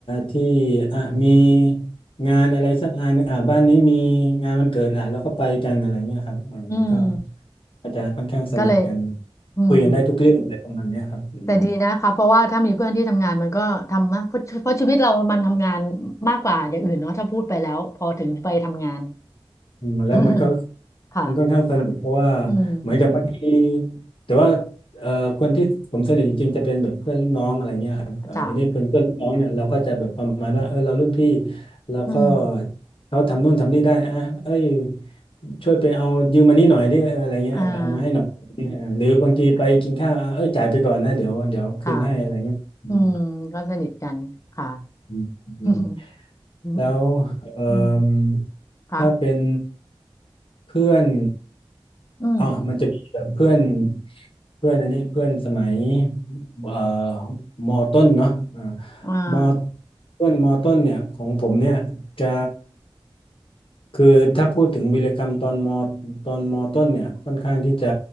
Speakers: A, on the left; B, on the left.
A: ที่อ่ะมีงานอะไรสักงานหนึ่งอ่ะบ้านนี้มีงานวันเกิดอ่ะเราก็ไปกันอะไรเงี้ยครับอ่ามันก็
B: อืม
A: ก็จะค่อนข้างสนิทกัน
B: ก็เลยอืม
A: คุยกันได้ทุกเรื่องอะไรประมาณเนี้ยครับอืม
B: แต่ดีนะคะเพราะว่าถ้ามีเพื่อนที่ทำงานมันก็ทำนะเพราะเพราะชีวิตเรามันทำงานมากกว่าอย่างอื่นเนาะถ้าพูดไปแล้วพอถึงไปทำงาน
A: อืมแล้วมันก็
B: <laughs> ค่ะ
A: มันค่อนข้างสนุกเพราะว่า
B: อืม
A: เหมือนกับบางทีแต่ว่าเอ่อคนที่ผมสนิทจริงๆจะเป็นแบบเพื่อนรุ่นน้องอะไรเงี้ยครับเอ่อทีนี้เพื่อนเพื่อนรุ่นน้องเนี่ยเราก็จะแบบประมาณว่าเออเรารุ่นพี่
B: จ้า
A: เราก็
B: อืม
A: เขาทำนู่นทำนี่ได้อ่ะเอ้ยช่วยไปเอายืมมานี่หน่อยดิเอออะไรเงี้ยเออเอามาให้หน่อยเออหรือบางทีไปกินข้าวอ่ะเอ้ยจ่ายไปก่อนนะเดี๋ยวเดี๋ยวคืนให้อะไรเงี้ยอืม
B: อ่าค่ะอืมก็สนิทกันค่ะ
A: อื
B: อืม
A: ม
B: อืม
A: แล้วเอ่ม
B: อืมค่ะ
A: ถ้าเป็นเพื่อน
B: อืม
A: อ๋อมันจะมีแบบเพื่อนเพื่อนอันนี้เพื่อนสมัยเอ่อมอต้นเนาะ
B: อ่า
A: มอต้นมอต้นเนี่ยของผมเนี่ยจะคือถ้าพูดถึงวีรกรรมตอนมอตอนมอต้นเนี่ยค่อนข้างที่จะ